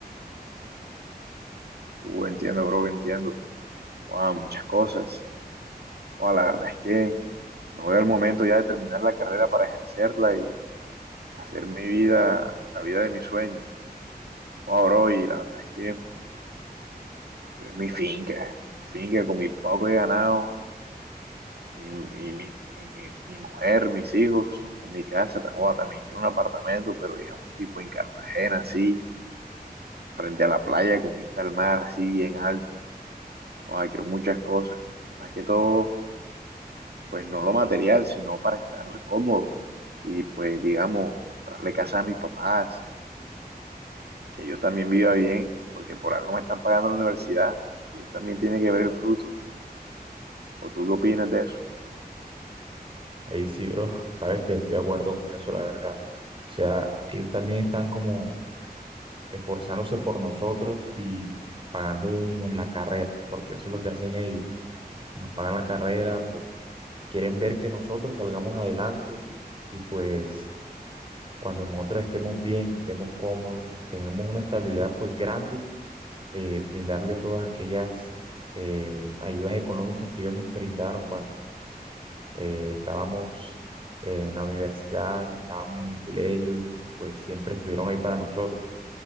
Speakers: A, on the right; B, on the right.
A: Uh, entiendo, bro, entiendo. Ah, muchas cosas. O la verdad es que no veo el momento ya de terminar la carrera para ejercerla y hacer mi vida, la vida de mis sueños. O bro, y la verdad es que quiero es mi finca, mi finca con mi poco de ganado y, y mi, y mi, mi mujer, mis hijos, con mi casa. O también quiero un apartamento, pero digamos tipo en Cartagena, así, frente a la playa con vista al mar, así bien alto. O quiero muchas cosas. Más que todo pues no lo material, sino para estar cómodo y pues digamos, comprarle casa a mis papás, que ellos también vivan bien, porque por algo me están pagando la universidad, ellos también tienen que ver el fruto. ¿O tú qué opinas de eso?
B: Ahí sí, bro, sabes que estoy de acuerdo con eso, la verdad. O sea, ellos también están como esforzándose por nosotros y pagándonos la carrera, porque eso es lo que hacen ellos. Nos pagan la carrera, pues quieren ver que nosotros salgamos adelante y pues cuando nosotros estemos bien, estemos cómodos, tengamos una estabilidad pues grande, eh, brindarle todas aquellas eh, ayudas económicas que ellos nos brindaron cuando pues, eh, estábamos en la universidad, estábamos en el colegio, y, pues siempre estuvieron ahí para nosotros.